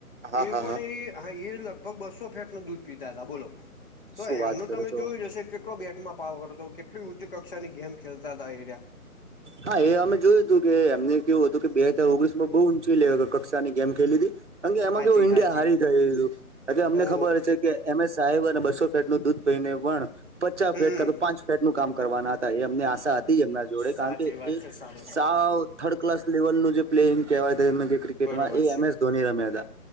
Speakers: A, on the right; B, on the left.
A: હા
B: એ
A: હા
B: પણ
A: હા
B: એ હા એ લગભગ બસ્સો ફેટ નું દૂધ પીતા હતા બોલો, તો
A: શું વાત
B: એમનું
A: કરો
B: તમે
A: છો
B: જોયું જ હશે કેટલો બેટમાં પાવર હતો, કેટલી ઉચ્ચ કક્ષાની ગેમ ખેલતા હતા એયરીયા.
A: હા, એ અમે જોયું હતું કે એમને કેવું હતું કે બે હજાર ઓગણીસ માં બહુ ઊંચી લે કક્ષાની ગેમ ખેલી હતી. કારણ કે એમાં
B: હાજી
A: કેવું ઈન્ડિયા
B: હાજી
A: હારી ગયુહતું કારણ કે અમને
B: ઓ
A: ખબર છે કે એમ એસ સાહેબ અને બસો ફેટ નું દૂધ પીઈને પણ પચાસ
B: હમ
A: ફેટ કા તો પાંચ ફેટ નું કામ કરવાના હતા એમ. અમને આશા હતી એમના જોડે
B: સાચી
A: કારણ કે
B: વાત
A: એ
B: છે સારું
A: સા વ થર્ડ ક્લાસ લેવલ નું જે પ્લેંગ કેવાય તે ક્રિકેટમાં
B: બરોબર
A: એ
B: છે
A: એમ એસ ધોની રમ્યા હતા.